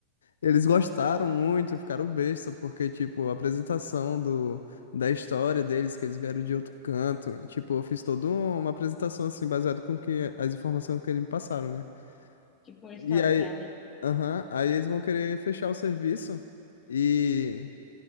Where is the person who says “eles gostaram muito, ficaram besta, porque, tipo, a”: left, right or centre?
Left